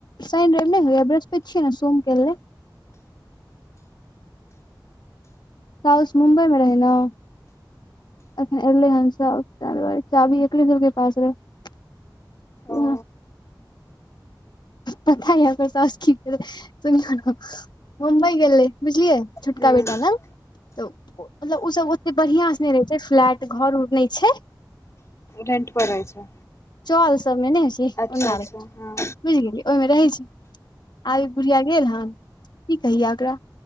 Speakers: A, on the left; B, on the left.
A: शनि रेव न हो य बृहस्पति छियै ने सोम क एलै साउस मुम्बई मे रहै न अखन एलै हन सौस चाभी एकरे सबके पास रहे
B: ओ
A: पता ह य त की करै सु <unintelligible> <unintelligible> मुंबई गेलै बुझलियै छुटका
B: हुं
A: बेटा लग तऽ ऊ मतलब ओ सब ओते बढ़िआं से नहि रहै छै फ्लैट घर उर नहि छै
B: रेंट पर रहै छै
A: चल सबमे नै है छै
B: अच्छा
A: उना
B: अच्छा
A: रे
B: हँ
A: बुझि गेलियै ओहिमे रहै छी आब ई बुढ़िया गेल हन की कहिया ओकरा